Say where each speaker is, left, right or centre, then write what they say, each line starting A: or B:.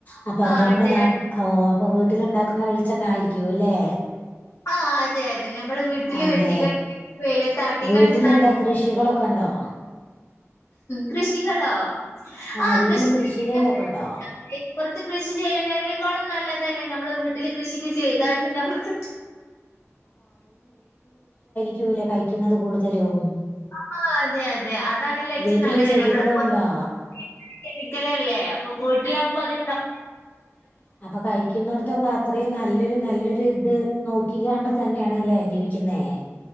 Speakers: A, on the left; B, on the left.
A: അപ് പ്പ അതോണ്ട്
B: ആഹ് അതെ
A: ന്നാട്ട് ഓ അപ്പം വീട്ടില് ഉണ്ടാക്കുന്ന വെളിച്ചെണ്ണ ആയിരിക്കും അല്ലേ.
B: ആ അതെ അതെ ഞമ്മള് വീട്ടില്
A: അതെ
B: വെട്ടിക്കൊണ്ടി വെയ്ലത്താട്ടികൊണ്ട്
A: വീട്ടിലെന്താ
B: നാട്ടി
A: കൃഷികളൊക്കെണ്ടോ?
B: കൃഷികളോ
A: ആഹ്
B: ആ
A: വീട്ടില്
B: കൃഷ് <unintelligible>
A: കൃഷികളൊക്കെണ്ടോ?
B: കൃഷി ചെയ്യ്ണേനെകാളും നല്ലതല്ലേ ഞമ്മളെ വീട്ടില് കൃഷി കെ ചെയ്താണ്ട് ഞമ്മള്.
A: ചൂല കഴിക്യുന്നത് കൂടുതലും.
B: അ ആ അതെ അത്. ലേ അതാണല്ലോ ഏറ്റവും
A: വീട്ടില്
B: നല്ലത്
A: ചെടികളുണ്ടോ?
B: ഞമ്മള് പൊർ <unintelligible> കെമിക്കല് അല്ലേ. പം പ്പൊയ്ട്ടിലാകുമ്പോ അതേണ്ടാ
A: അപ്പോ കഴിക്കുന്നോട്ത്തൊക്കെ അത്രയും നല്ലൊരു നല്ലൊര് ഇത്. നോക്കിക്കാണ്ട് തന്നെയാണ് ഇല്ലേ ജീവിക്കുന്നേ.